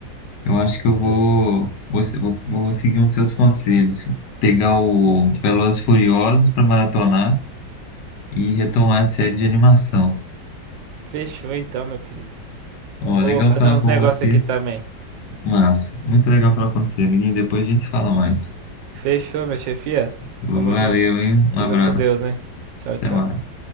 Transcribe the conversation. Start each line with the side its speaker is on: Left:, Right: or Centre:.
Left: Eu acho que eu vou,
Right: Hum,
Left: vou, se- vou- vou seguir um dos seus conselhos, pegar o Velozes e Furiosos para maratonar e retomar a série de animação.
Right: Fechou então, meu querido.
Left: Ó,
Right: Eu vou
Left: legal
Right: fazer
Left: falar
Right: uns
Left: com
Right: negócios
Left: você,
Right: aqui também.
Left: Márcio. Muito legal falar com você, amiguinho. Depois a gente se fala mais.
Right: Fechou, minha chefia.
Left: Valeu,
Right: Tamo junto. fi.
Left: hein? Um
Right: Fica
Left: abraço.
Right: com Deus, hein? Tchau, tchau.
Left: Até mais.